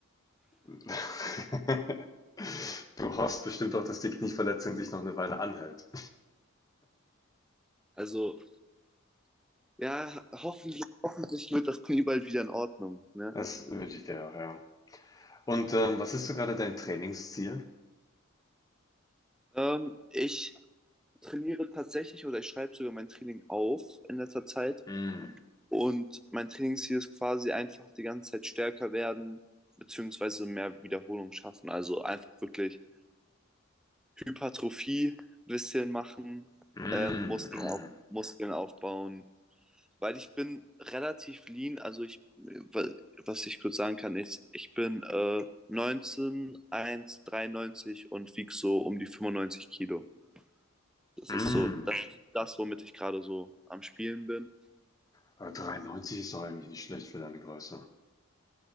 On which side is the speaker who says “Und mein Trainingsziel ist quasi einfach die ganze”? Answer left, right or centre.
Centre